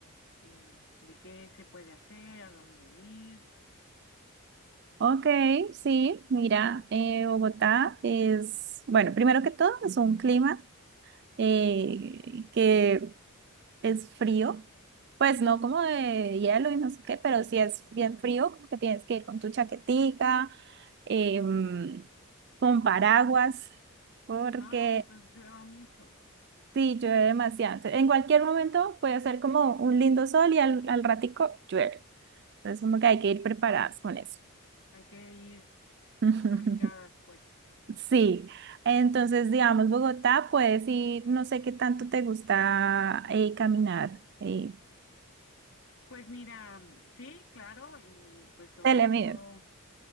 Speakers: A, on the left; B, on the right.
A: eh, de qué se puede hacer, a dónde ir.
B: ok, sí, mira, eh, Bogotá es, bueno, primero que todo es un clima eh, que es frío, pues no como de hielo y no sé qué, pero sí es bien frío, como que tienes que ir con tu chaquetica, em, con paraguas, porque
A: Ah, entonces llueva mucho.
B: Sí, llueve demasiado. Entonces, En cualquier momento puede hacer como un lindo sol y al, al ratico llueve. Entonces, como que hay que ir preparadas con eso.
A: Hay que ir
B: <laughs>
A: abrigadas, pues.
B: Sí, entonces, digamos, Bogotá, puedes ir, no sé qué tanto te gusta eh, caminar. Eh,
A: Pues mira, mm, sí, claro, y pues sobre
B: Telemías.
A: todo,